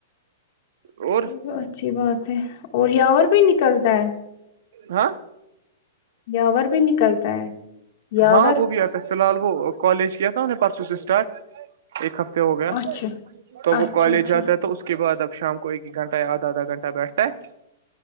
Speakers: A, on the right (about 60°); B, on the left (about 45°).
A: وہ <inaudible>
B: یہ اچھی بات ہے اور یاور بھی نکلتا ہے
A: ہاں
B: یاور بھی نکلتا ہے یاور
A: ہاں وہ بھی تو فی الال وہ کالج کی تھاام پرسو س اسٹارٹ ایک ہفتے ہو گیا
B: اچھا
A: تو وہ
B: اچھا
A: کالج
B: اچھا
A: جاتا تو اس کے بعد اب شام کو ایک ایک گھنٹہ یا آدا آدھا گھنٹہ بیٹھتا ہے